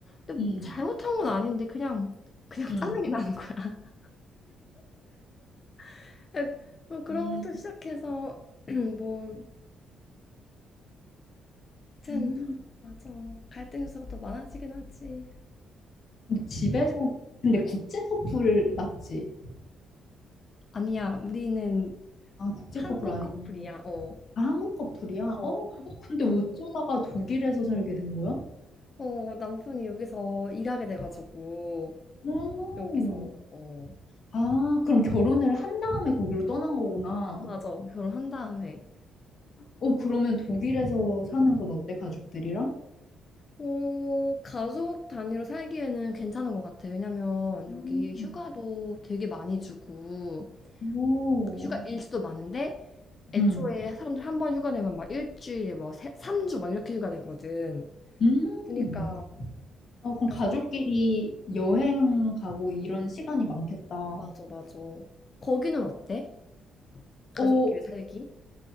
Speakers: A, on the left; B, on the left.
A: 근데
B: 음,
A: 잘못한 건 아닌데 그냥 그냥
B: 음,
A: 짜증이 나는 거야. <laughs> 뭐 그런
B: 음.
A: 것부터 시작해서 <clears throat> 뭐, 튼
B: 음.
A: 맞아. 갈등 요소가 더 많아지긴 하지.
B: 근데 집에서 근데 국제 커플 맞지?
A: 아니야, 우리는
B: 아 국제
A: 한국
B: 커플 아니고
A: 커플이야. 어.
B: 아 한국 커플이야?
A: 어,
B: 어? 어, 근데 어쩌다가 독일에서 살게 된 거야?
A: 어, 남편이 여기서 일하게 돼가지고,
B: 오,
A: 여기서, 어,
B: 아 그럼 결혼을 한 다음에 거기로 떠난 거구나.
A: 맞아. 결혼한 다음에.
B: 어 그러면 독일에서 사는 건 어때 가족들이랑?
A: 어, 가족 단위로 살기에는 괜찮은 것 같아. 왜냐면
B: 음,
A: 여기 휴가도 되게 많이 주고,
B: 오,
A: 휴가 일수도 많은데, 애초에
B: 음,
A: 사람들 한 번 휴가 내면 막 일주일, 뭐, 세, 3주 막 이렇게 휴가 내거든.
B: 음.
A: 그러니까
B: 아 그럼
A: 가족끼리,
B: 가족끼리 여행 가고 이런 시간이 많겠다.
A: 맞아, 맞아. 거기는 어때? 가족끼리
B: 어,
A: 살기?